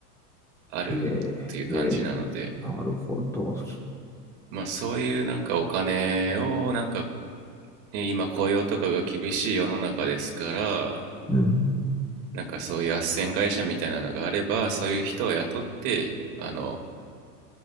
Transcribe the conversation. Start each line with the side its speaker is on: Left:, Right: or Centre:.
Right: あるっていう感じなので
Centre: えーえーなるほど。
Right: まあそういうなんかお金をなんかね今雇用とかが厳しい世の中ですから
Centre: うん。
Right: なんかそういう斡旋会社みたいなのがあればそういう人を雇ってあの